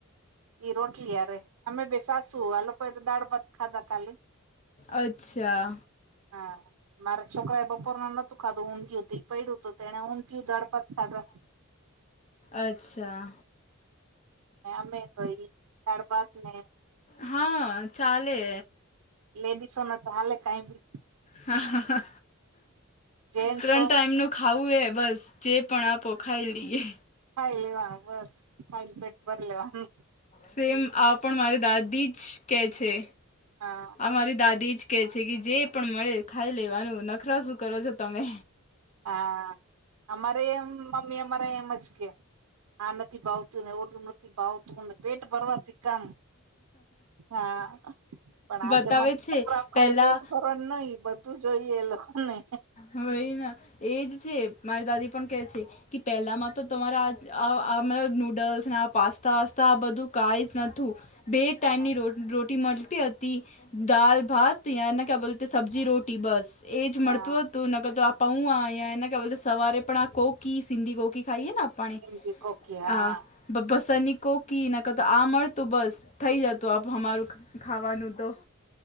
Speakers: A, on the right; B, on the left.
A: એ રોટલી અરે અમે બે સાસું આ લોકોએ તો દાળ ભાત ખાધા કાલી.
B: અચ્છા.
A: હા, મારા છોકરા એ બપોર ના નોતું ખાધું <unintelligible> તે પડ્યું તો તેને ઉંધીયુ દાળ ભાત ખાધા.
B: અચ્છા.
A: અમે તો એ દાળ ભાત ને
B: હા, ચાલે.
A: લેડીસો ને તો હાલે કાઈ બી
B: હા,
A: જેન્ટસો
B: ત્રણ ટાઈમ નું ખાવું એ બસ. જે પણ આપો ખાઈ લઈએ.
A: ખાઈ લેવાનું બસ ખાઈન પેટ ભરીલેવાનું.
B: સેમ આ પણ તમારી દાદી જ કે છે.
A: હા
B: આ મારી દાદી જ કે છે કે જે પણ મળે ખાઈ લેવાનું નખરા શું કરો છો તમે.
A: હા, અમારે એમ મમ્મી અમારે એમજ કેહ. આ નથી ભાવતું ને ઓલુ નથી ભાવતું ને પેટ ભરવાથી કામ હા, પણ આ
B: બતાવે
A: જમાના
B: છે
A: છોકરા ખાલી
B: પેલા
A: પેટભર પણ નહી બધું જોઈએ લોકો ને.
B: હ વહી ના. એજ છે મારી દાદી પણ કે છે. કે પહેલામાં તો તમારા આ આ આ મતલબ નૂડલ્સ ને આ પાસ્તા વસતા આ બધું કાએશ નથું. બે ટાઈમની
A: હા
B: રો રોટી મલતી હતી. દાલ ભાત યાને ક્યા બોલતે સબ્જી રો ટી બસ એ જ
A: હા
B: મળતું હ તું ને નકર તો આ પૌઆ યાને બે ક્યા બોલતે સવારે પણ આ કોકી સિંધી કોકી ખાઈ હેના? પાણી
A: સિંધી કોકી હા
B: આ બ બસની કોકી નકર તો આ મળતું બસ. થઈ જતું આપ હમારું ખાવાનું તો.